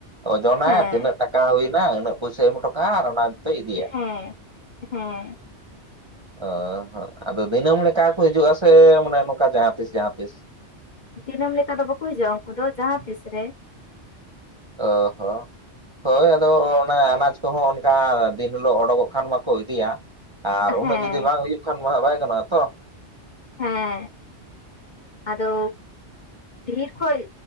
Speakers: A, on the right; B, on the left.
A: ᱳᱡᱚᱱᱟᱭ
B: ᱦᱮᱸ
A: ᱛᱤᱱᱟᱹᱜ ᱴᱟᱠᱟ ᱪᱟᱠᱟ ᱦᱩᱭᱱᱟ ᱩᱱᱟᱹᱜ ᱯᱚᱭᱥᱟᱹᱭ ᱮᱢ ᱦᱚᱴᱚ ᱠᱟᱜ-ᱟ ᱟᱨ ᱚᱱᱟ ᱱᱤᱛᱚᱜ ᱤᱫᱤᱭᱟ
B: ᱦᱮᱸ ᱦᱮᱸ
A: ᱚ ᱦᱮᱜ ᱟᱫᱚ ᱫᱤᱱᱟᱹᱢ ᱞᱮᱠᱟ ᱠᱚ ᱦᱤᱡᱩᱜ-ᱟ ᱥᱮ ᱢᱟᱱᱮ ᱱᱚᱝᱠᱟ ᱡᱟᱦᱟᱸ ᱛᱤᱥ ᱡᱟᱦᱟᱸ ᱛᱤᱥ
B: ᱫᱤᱱᱟᱹᱢ ᱞᱮᱠᱟ ᱫᱚ ᱵᱟᱠᱚ ᱦᱤᱡᱩᱜ-ᱟ ᱩᱱᱠᱩ ᱫᱚ ᱡᱟᱦᱟᱸ ᱛᱤᱥ ᱨᱮ
A: ᱚ ᱦᱚ ᱦᱳᱭ ᱟᱫᱚ ᱚᱱᱟ ᱟᱱᱟᱡᱽ ᱠᱚᱦᱚᱸ ᱚᱱᱠᱟ ᱫᱤᱱ ᱦᱤᱞᱳᱜ ᱚᱰᱳᱠᱼᱚᱜ ᱠᱷᱟᱱ ᱢᱟᱠᱚ ᱤᱫᱤᱭᱟ ᱟᱨ ᱩᱱᱟᱹᱜ
B: ᱦᱮᱸ
A: ᱡᱩᱫᱤ ᱵᱟᱝ ᱦᱩᱭᱩᱜ ᱠᱷᱟᱱ ᱢᱟ ᱦᱟᱸᱜ ᱵᱟᱭ ᱜᱟᱱᱚᱜᱼᱟ ᱛᱚ
B: ᱦᱮᱸ ᱟᱫᱚ ᱰᱷᱮᱨ ᱠᱷᱚᱡ